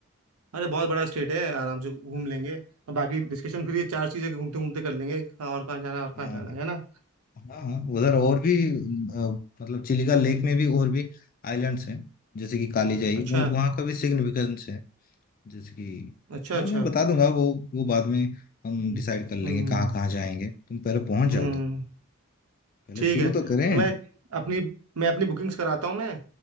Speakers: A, on the right (about 80°); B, on the left (about 40°).
A: अरे बहुत बड़ा स्टेट है आराम से घूम लेंगे और बाकी डिस्कशन फिर ये चार चीज़ें घूमते घूमते कर लेंगे कहाँ और कहाँ जाना है और
B: हाँ
A: कहाँ जाना है है ना
B: हाँ हाँ, उधर और भी आ, मतलब चिलिका लेक में भी और भी आइलैंड्स हैं जैसे कि कालीजाई
A: अच्छा
B: वो- वहाँ का भी सिग्निफिकेंस है जैसे कि
A: अच्छा
B: हाँ
A: अच्छा
B: मैं बता दूंगा वो वो बाद में हम
A: हम्म
B: डिसाइड कर लेंगे
A: हम्म,
B: कहाँ
A: हम्म।
B: कहाँ जाएंगे तुम पहले पहुंच
A: हम्म
B: जाओ तो पहले
A: ठीक
B: शुरू
A: है
B: तो करें
A: तो मैं अपनी मैं अपनी बुकिंग्स कराता हूँ मैं